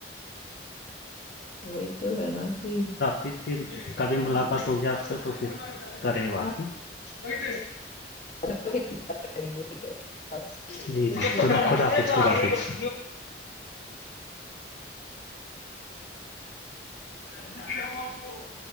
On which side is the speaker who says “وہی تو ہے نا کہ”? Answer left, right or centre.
Left